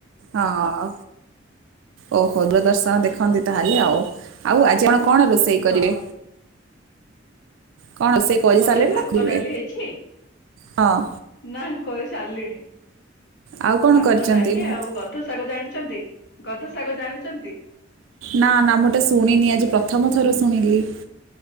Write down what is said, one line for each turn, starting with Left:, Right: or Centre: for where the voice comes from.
Right: ହଁ ଆଉ ଓହୋ ଦୂରଦର୍ଶନ ଦେଖ ଖନ୍ତି ତାହେଲେ ଆଉ ଆଉ ଆଜି ଆପ କଣ ରୋଷେଇ କରିବେ?
Left: ହଁ
Right: କ'ଣ ରୋଷେଇ କରିସାରିଲେଣି
Left: ମୋର ଆଜି ଭାତ
Right: ନା କରିବେ
Left: ଡାଲି ହେଇଛି,
Right: ହଁ
Left: ନା କରି ସାରିଲିଣି।
Right: ଆଉ କ'ଣ
Left: ଭାତ,
Right: କରିଛନ୍ତି
Left: ଡାଲି
Right: ଭାତ-
Left: ଆଉ ଗଧ ଶାଗ ଜାଣିଛନ୍ତି? ଗଧ ଶାଗ ଜାଣିଛନ୍ତି?
Right: ନା ନା ମୋଟେ ଶୁଣିନି, ଆଜି ପ୍ରଥମ ଥର ଶୁଣିଲି।